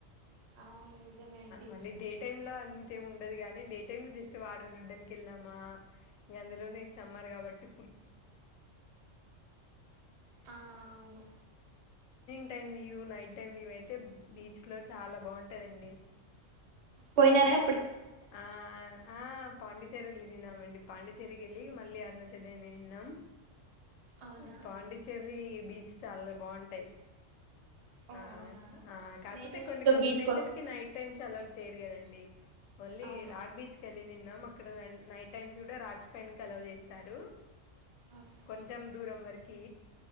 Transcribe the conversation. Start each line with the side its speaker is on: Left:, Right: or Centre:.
Right: అవును నిజమే అండి
Left: మళ్ళీ డే టైమ్ లో అం తేమి ఉండదు కాగాని డే టైమ్ లో జస్ట్ వాటర్ చూడ్డానికి వెళ్ళామా ఇంక అందులోనే సమ్మర్ కాబట్టి
Right: ఆ అవును
Left: ఎ టైమ్ ఇవ నైట్ టైమ్ ఇవ అయితే బీచ్ లో చాలా బాగుంటాదండి
Right: పోయినార
Left: ఆ ఆ పాండిచరీ <unintelligible> వెళ్ళినమండి పాండిచేరి కి ఎల్లి మళ్లీ <unintelligible>
Right: అవునా
Left: పాండిచ్చేరి బీచ్ చాలా బాగుంటాయి
Right: ఓ
Left: ఆ
Right: అవునా
Left: ఆ కాకపోతే
Right: నేను
Left: కొన్ని
Right: ఇంకా ఇంకా
Left: కొన్ని
Right: బీచ్
Left: ప్లేసెస్
Right: కో
Left: కి నైట్ టైమ్స్ అలో చేయరు కదండి అళ్ళ
Right: అవునవును
Left: రాగ్ బీచ్ కెళ్ళి నిన్నం ఇక్కడ నైట్ టైమ్స్ కూడా రాక్స్ పైన కి అలో చేస్తారు
Right: ఓకే
Left: కొంచెం దూరం వరకు కే